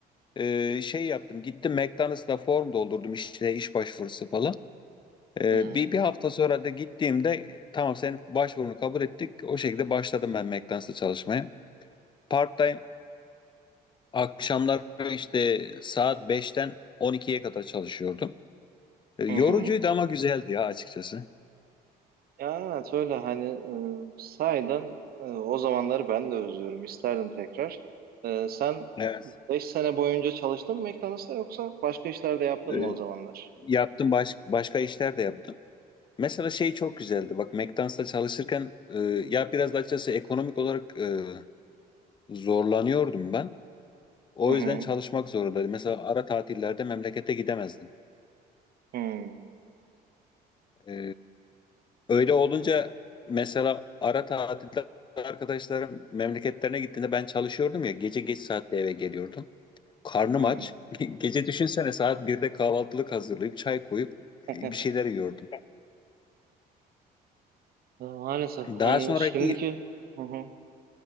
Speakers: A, on the left; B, on the right.
A: e, şey yaptım. Gittim McDonald's'ta form doldurdum işte iş başvurusu falan. Ee,
B: Hı hı.
A: bir, bir hafta sonra da gittiğimde tamam senin başvurunu kabul ettik. O şekilde başladım ben McDonald's'ta çalışmaya. Part-time akşamlar işte saat beşten on ikiye kadar çalışıyordum. Ee, yorucuydu
B: Hı hı.
A: ama güzeldi ya açıkçası.
B: Ya evet öyle hani e, sahiden e, o zamanları ben de özlüyorum. İsterdim tekrar. E, sen
A: Evet.
B: 5 sene boyunca çalıştın mı McDonald's'ta yoksa başka işler de yaptın
A: Ee,
B: mı o zamanlar?
A: yaptım baş, başka işler de yaptım. Mesela şey çok güzeldi. Bak McDonald's'ta çalışırken e, ya biraz da açıkçası ekonomik olarak e, zorlanıyordum ben. O
B: Hı hı.
A: yüzden çalışmak zorundaydım. Mesela ara tatillerde memlekete gidemezdim.
B: Hı
A: E, öyle olunca mesela ara tatilde arkadaşlarım memleketlerine gittiğinde ben çalışıyordum ya gece geç saatte eve geliyordum. Karnım
B: hı.
A: aç. <laughs> Gece düşünsene saat birde kahvaltılık hazırlayıp çay koyup e,
B: <laughs>
A: bir şeyler yiyordum.
B: E, Maalesef
A: Daha
B: hani
A: sonraki
B: şimdiki hı hı.